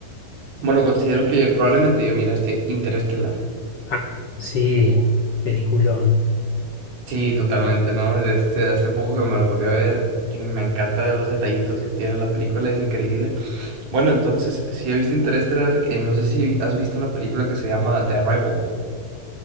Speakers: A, on the right (about 70°); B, on the left (about 65°).
A: bueno, considero que probablemente ya miraste Interestelar.
B: Ah, sí, peliculón.
A: Sí, totalmente, ¿no? Este, hace poco que me lo volví a ver y me encantan los detallitos que tiene la película, es increíble. Bueno, entonces, si he visto Interestelar, eh, no sé si has visto una película que se llama The Arrival.